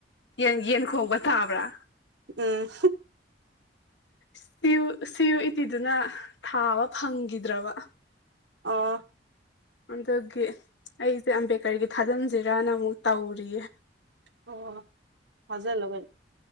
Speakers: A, on the left; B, on the right.
A: ꯌꯦꯟ ꯌꯦꯟꯈꯣꯡꯕ ꯊꯥꯕ꯭ꯔꯥ
B: ꯎꯝ
A: ꯁꯤ ꯁꯤꯌꯨ ꯏꯇꯤꯗꯨꯅ ꯊꯥꯕ ꯐꯪꯈꯤꯗ꯭ꯔꯕ
B: ꯑꯣ
A: ꯑꯗꯨꯗꯒꯤ ꯑꯩꯁꯦ ꯑꯝꯕꯦꯗꯀꯔꯒꯤ ꯊꯥꯖꯤꯟꯁꯤꯔꯅ ꯑꯃꯨꯛ ꯇꯧꯔꯤꯌꯦ
B: ꯑꯣ ꯐꯥꯖꯜꯂꯣ ꯀꯩꯅꯣ